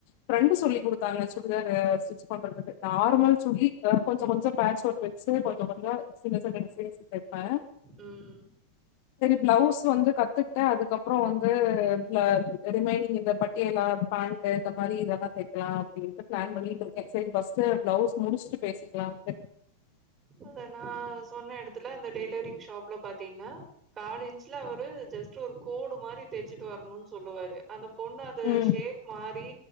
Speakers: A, on the left; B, on the right.
A: ஃப்ரெண்ட் சொல்லி குடுத்தாங்க சுடிதாரு ஸ்டிச் பண்றதுக்கு நார்மல் சுடி கொஞ்சோ கொஞ்சோ பேன்ட் ஷூட் வச்சு கொஞ்சோ கொஞ்சோ சின்ன சின்ன டிசைன்ஸ் தெப்பே
B: ம்
A: பிளவுஸ் வந்து கத்துக்கிட்டே அதுக்கப்றம் வந்து ப ரிமைனிங் இந்த பட்டியலா பேண்ட் இந்த மாரி இத தெக்கலா அப்டின்ட்டு பிளான் பண்ணிட்டு இருக்கே சரி ஃபஸ்ட் பிளவுஸ் முடிச்சுட்டு பேசிக்கலான்ட்டு
B: அத நா சொன்ன எடத்துல இந்த டெய்லரிங் ஷாப்ல பாத்தீங்கன்னா கால் இஞ் சுல அவரு ஜஸ்ட் ஒரு கோடு மாரி தெச்சுட்டு வரணுன் சொல்லுவாரு அந்த கொண்ணு அது
A: ம்.
B: ஷேப் மாறி